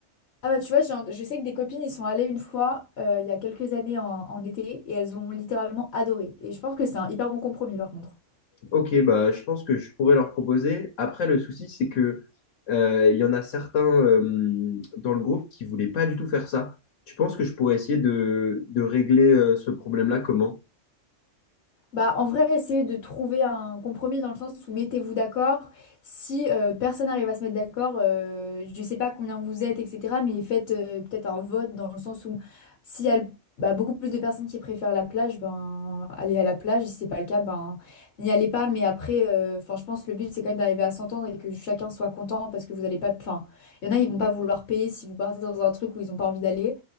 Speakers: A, on the left (about 60°); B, on the left (about 85°).
A: Ah bah tu vois, j'ai un- je sais que des copines, ils sont allées une fois, euh, il y a quelques années en, en été, et elles ont littéralement adoré. Et je pense que c'est un hyper bon compromis, par contre.
B: Ok, bah, je pense que je pourrais leur proposer. Après, le souci, c'est que euh, il y en a certains euh, dans le groupe qui voulaient pas du tout faire ça. Tu penses que je pourrais essayer de, de régler euh, ce problème-là comment?
A: Bah, en vrai, essayez de trouver un compromis dans le sens où mettez-vous d'accord. Si euh, personne n'arrive à se mettre d'accord, euh, je ne sais pas combien vous êtes, etc. Mais faites euh, peut-être un vote dans le sens où s'il y a le- bah, beaucoup plus de personnes qui préfèrent la plage, ben allez à la plage. Si c'est pas le cas, ben n'y allez pas. Mais après, euh, enfin, je pense que le but c'est quand même d'arriver à s'entendre et que chacun soit content parce que vous n'allez pas. Enfin, il y en a, ils vont pas vouloir payer si vous partez dans un truc où ils n'ont pas envie d'aller.